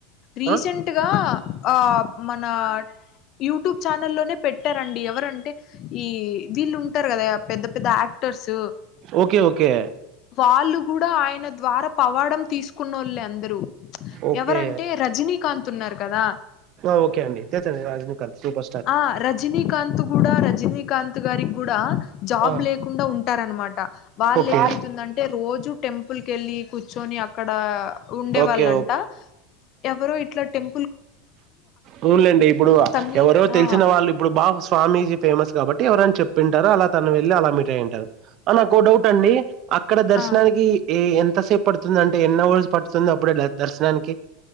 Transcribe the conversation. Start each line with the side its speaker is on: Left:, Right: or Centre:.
Left: రీసెంట్గా
Right: ఆ!
Left: ఆ మన యూట్యూబ్ ఛానల్ల్లోనే పెట్టారండి ఎవరంటే ఈ వీళ్ళు కదా పెద్ద పెద్ద యాక్టర్స్
Right: ఓకే. ఓకే.
Left: వాళ్ళు కూడా ఆయన ద్వారా పవాడం తీసుకున్న వాళ్ళు అందరూ
Right: ఓకే.
Left: ఎవరంటే రజనీకాంత్ తున్నారు కదా
Right: ఆ! ఓకే అండి. తెలుసండి 'రజనీకాంత్' సూపర్ స్టార్.
Left: ఆ రజినీకాంతు గూడా రజినీకాంత్ త్ గారిక్ గుడా జాబ్
Right: ఆ!
Left: లేకుండా ఉంటారన్మాట వాళ్లేమ
Right: ఓకే.
Left: రోజూ టెంపుల్ కెళ్ళి కూర్చొని అక్కడ ఉండే
Right: ఓకే.
Left: వాళ్ళంట ఎవరో ఇట్ల టెం
Right: అవున్లేండి ఇప్పుడు
Left: తమిళ్
Right: ఎవరో
Left: ఆ
Right: తెల్సిన వాళ్ళు ఇప్పుడు బా స్వామీజీ ఫేమస్ కాబట్టి ని చెప్పింటరు. అలా తను వెళ్ళి అలా మీట్ అయింటరు. ఆ నాకో డౌట్ అండి అక్కడ దర్శనానికి
Left: ఆ
Right: ఏ ఎంతసేప్ పడుతుంది. అంటే ఎన్ అవర్స్ పడుతుంది అప్పుడే దర్శనానికి